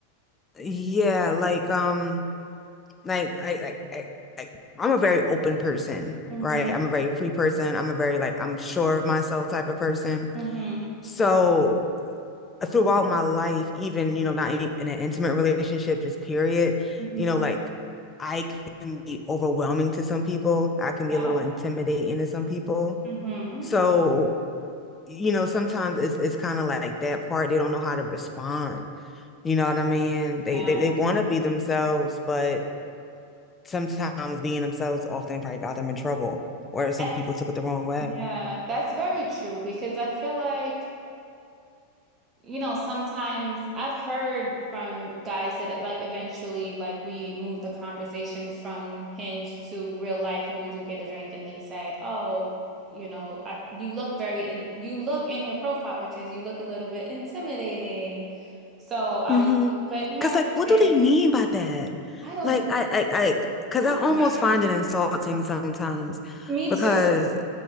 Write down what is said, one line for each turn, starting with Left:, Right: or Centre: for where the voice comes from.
Left: yeah like um like I I, I I I'm a very open person
Right: hmm
Left: right I'm a very free person I'm a very like I'm sure of myself type of person
Right: hmm
Left: so throughout my life, even, you know, not in, in an intimate relationship, just period,
Right: hmm
Left: you know, like I can be overwhelming to some people. I can be
Right: Yeah.
Left: a little intimidating to some people.
Right: hmm
Left: So, you know, sometimes it's it's kind of like that part. They don't know how to respond. You know what I mean? They
Right: Yeah.
Left: they, they want to be themselves, but sometimes being themselves often probably got them in trouble, or some
Right: That's
Left: people took it the wrong way.
Right: Yeah, that's very true because I feel like, you know, sometimes I've heard from guys that like eventually like we move the conversation from Hinge to real life and we do get a drink and they say, "Oh, you know, I you look very in you look in your profile pictures, you look a little bit intimidating." So I
Left: Mm-hmm.
Right: was a little bit nervous.
Left: Cause like, what do they mean by that?
Right: I don't,
Left: Like, I, I, I, cause
Right: I
Left: I
Right: don't
Left: almost
Right: know.
Left: find it insulting sometimes
Right: Me
Left: because
Right: too.